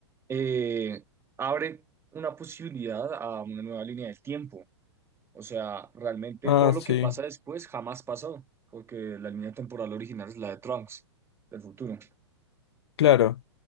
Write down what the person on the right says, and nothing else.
eh, abre una posibilidad a una nueva línea del tiempo. O sea, realmente
todo lo
que pasa después jamás pasó, porque la línea temporal original es la de Trunks, del futuro.